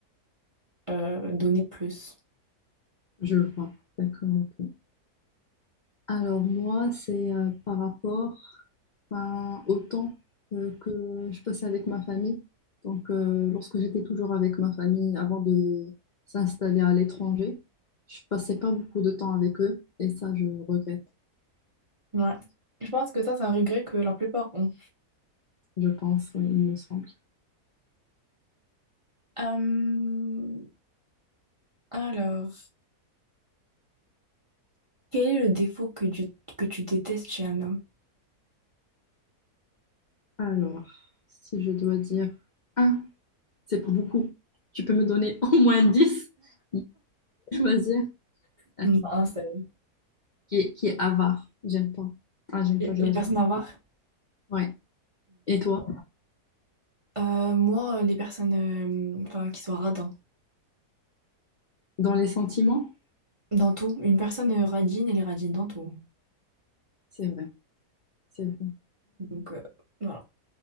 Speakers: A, on the right (about 40°); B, on the left (about 85°).
A: euh, donner plus.
B: Je vois. D'accord, ok. Alors moi, c'est euh, par rapport ben, au temps euh, que je passais avec ma famille. Donc euh, lorsque j'étais toujours avec ma famille avant de s'installer à l'étranger, je passais pas beaucoup de temps avec eux et ça, je regrette,
A: Ouais. Je pense que ça, c'est un regret que la plupart ont.
B: je pense, oui, il me semble.
A: Euh, alors, quel est le défaut que tu, que tu détestes chez un homme?
B: Alors, si je dois dire un, c'est pas beaucoup. Tu peux me donner <laughs> au moins 10. mais je choisir
A: <laughs>
B: euh,
A: Un seul.
B: qui est, qui est avare. J'aime pas. Ah, j'aime
A: Les
B: pas, je-
A: les personnes
B: j'arrive
A: avares.
B: pas. Ouais. Et toi,
A: Euh, moi, les personnes euh, enfin, qui sont radins.
B: dans les sentiments?
A: Dans tout, une personne euh, radine, elle est radine dans tout.
B: C'est vrai. C'est bon.
A: Donc, euh, voilà.